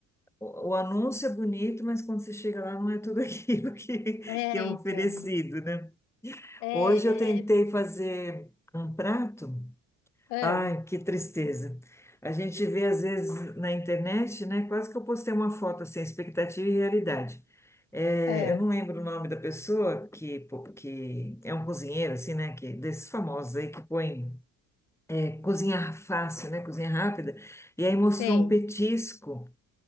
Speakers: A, in the centre; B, on the left.
A: O, o anúncio é bonito, mas quando você chega lá não é tudo <laughs> aquilo que,
B: É,
A: que é oferecido,
B: então.
A: né?
B: É,
A: Hoje eu tentei
B: é,
A: fazer um prato.
B: é,
A: Ai, que tristeza. A gente vê às vezes na internet, né? Quase que eu postei uma foto assim, expectativa e realidade. É,
B: é,
A: eu não lembro o nome da pessoa que, pô, que é um cozinheiro, assim, né? Que, desses famosos aí que põe é, cozinhar fácil, né? Cozinha rápida. E aí mostrou
B: sei,
A: um petisco